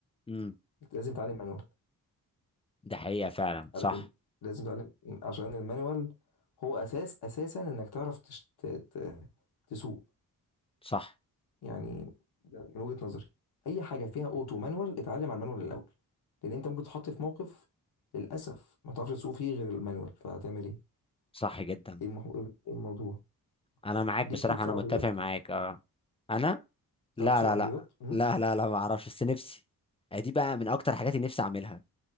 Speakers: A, on the left; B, on the left.
A: امم
B: لازم يتعلم مانوال
A: ده حقيقة فعلا صح
B: عارف إن لازم تتعلم عشان المانيوال هو اساس اساسا انك تعرف تش... ت... ت... تسوق
A: صح
B: يعني ده من وجهة نظري اي حاجه فيها اوتو مانوال اتعلم على المانوال الاول لان انت ممكن تتحط في موقف للاسف ما تعرفش تسوق فيه غير المانوال فهتعمل ايه
A: صح جدا
B: ايه المح... إيه الموضوع
A: انا معاك
B: ليك
A: بصراحة
B: ليك في
A: انا
B: عربيات
A: متفق معاك اه انا لا
B: تعرف تسوق
A: لا
B: عربيات
A: لا
B: أمم.
A: لا لا لا ما اعرفش بس نفسي آه، دي بقى من اكتر حاجات اللي نفسي اعملها